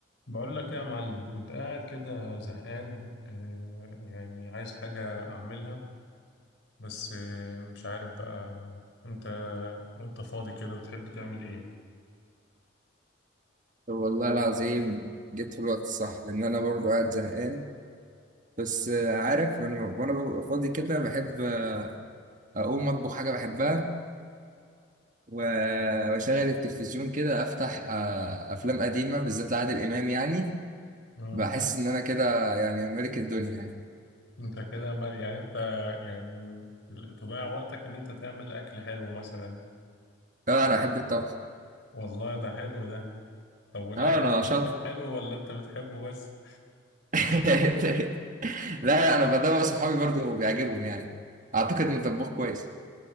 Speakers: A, on the left; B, on the right.
A: بقول لك ايه يا معلم كنت قاعد كده زهقان آه يعني عايز حاجة أعملها بس آه مش عارف بقى أنت وأنت فاضي كده بتحب تعمل إيه؟
B: طب والله العظيم جبت في الوقت الصح لأن أنا برضو قاعد زهقان بس آه، عارف أنا وأنا ببقى فاضي كده بحب آه، أقوم أطبخ حاجة بحبها و- وأشغل التلفزيون كده أفتح آه، أفلام قديمة بالذات لعادل إمام يعني
A: مم.
B: بحس إن أنا كده يعني ملك الدنيا يعني
A: أنت كده مر- يعني أنت يعني تضيع وقتك إن أنت تعمل أكل حلو مثلا
B: أه أنا بحب الطبخ
A: والله ده حلو ده طب والأكل
B: أه أنا
A: بيطلع
B: شاطر
A: حلو ولا أنت بتحبه بس؟
B: <laughs> لا أنا بدور صحابي برضو بيعجبهم يعني أعتقد إن طباخ كويس